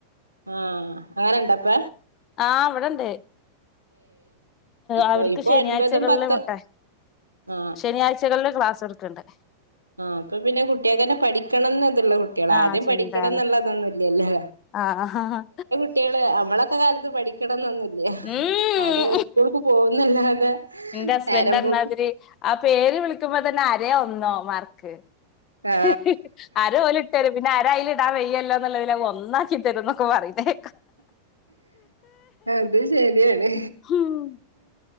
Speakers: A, on the right; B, on the left.
A: ആ അങ്ങനെണ്ടാപ്പ
B: ആഹ് ഇവിടെണ്ട്
A: ഇപ്പൊ
B: അവർക്ക്
A: ഇപ്പൊ
B: ശനിയാഴ്ചകളില്
A: ഒൻപതും പത്തും
B: <unintelligible>
A: ആ
B: ശനിയാഴ്ചകളില് ക്ലാസ് എടുക്കണ്ട്.
A: ആഹ് ഇപ്പൊ പിന്നെ കുട്ടികൾക്കന്നെ പഠിക്കണന്നതുള്ള കുട്ടികളാ
B: ആഹ്
A: ആദ്യം
B: ചിന്താണ്
A: പഠിക്കണന്നുള്ളതൊന്നുല്ലല്ലേ.
B: ആഹ് ഹ്ഹ്ഹാ
A: കുട്ടികള് അമ്മളൊക്കെ കാലത്ത് പഠിക്കണംന്നൊന്നില്ല
B: ഉം
A: <unintelligible> സ്കൂൾക്ക് പോകുന്നല്ലാതെ
B: എന്റെ ഹസ്ബൻഡ്
A: നേരം
B: അന്നാതിരി
A: പോക്ക്
B: ആ പേര് വിളിക്കുമ്പോ തന്നെ അരയൊ ഒന്നോ മാർക്ക്
A: ആ
B: ഹ്ഹ് <unintelligible> തരും പിന്നെ ആരയിലിടാ വെയ്യല്ലോ എന്നുള്ളതി ഒന്നാക്കി തരും എന്നൊക്കെ പറന്നെ
A: അത് ശരിയാണ്.
B: ഉം